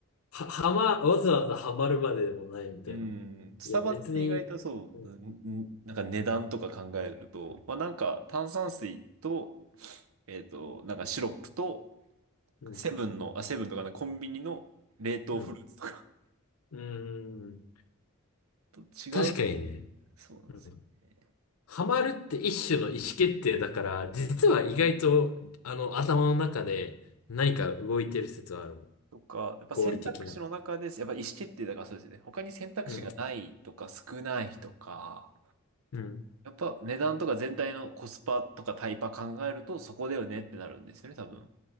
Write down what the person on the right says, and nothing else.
<laughs> うん、スタバって意外とそう、
んんなんか値段とか考えると、まあなんか炭酸水と、えっと、なんかシロップと、
セブンの、あ、セブンとかね、コンビニの冷凍フルーツとか
<laughs> と違う。
そうなんですよね。
とか、やっぱ選択肢の中です。
やっぱ意思決定だからそうですよね。他に選択肢がないとか少ないとか、
やっぱ値段とか全体のコスパとかタイパ考えるとそこだよねってなるんですよね、多分。